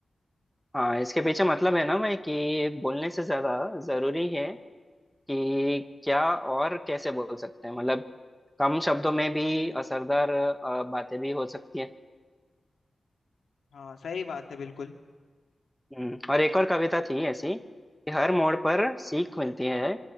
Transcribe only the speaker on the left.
हाँ सही बात है बिल्कुल